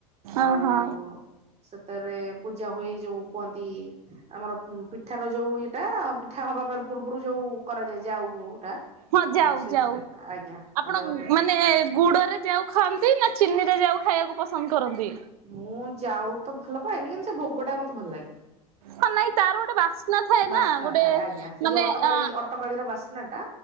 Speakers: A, on the right; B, on the right.
A: ଆଉ
B: ଓହୋ
A: ସେତେରେ ପୂଜା ହୁଏ ଯୋଉ କୁହନ୍ତି ଆମର ଉଁ, ପିଠାର ଯୋଉ ଇଏଟା ପି ଠା ହେବା ଫେର୍ ପୁର୍ ପୁରୁ ଯୋଉ କରାଯାଏ ଯାଉଟା।
B: ହଁ ଜାଉ
A: ଆଉ ସେଇଥିରେ
B: ଜାଉ
A: ଆଜ୍ଞା
B: ଆପଣ
A: ଯାଉ
B: ମାନେ ଗୁଡରେ ଜାଉ ଖାଆନ୍ତି? ନା ଚିନି ରେ ଜାଉ ଖାଇବାକୁ ପସନ୍ଦ କରନ୍ତି?
A: ମୁଁ ଜାଉ ତ ଭଲ ପାଏନି। କିନ୍ତୁ ସେ ଭୋଗ ଟା ମୋତେ ଭଲ ଲାଗେ।
B: ହ ନାଇଁ ତାର ଗୋଟେ ବାସ୍ନା ଥାଏ
A: ବାସ୍ନା
B: ନା ।ଗୋଟେ
A: ଥାଏ ଆଜ୍ଞା ସେ
B: ମାନେ
A: ଯୋଉ ଅଟକାଳି
B: ଏ ଆ,
A: ଅଟକାଳିର ବାସ୍ନା ଟା